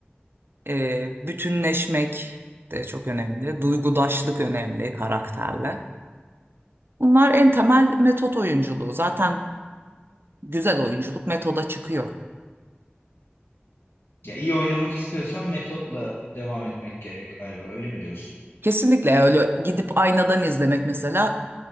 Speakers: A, on the right; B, on the left.
A: Ee, bütünleşmek de çok önemli duygudaşlık önemli karakterle. Bunlar en temel metot oyunculuğu zaten güzel oyunculuk metoda çıkıyor.
B: Ya iyi oynamak istiyorsan metotla devam etmek gerek galiba. Öyle mi diyorsun?
A: Kesinlikle öyle gidip aynadan izlemek mesela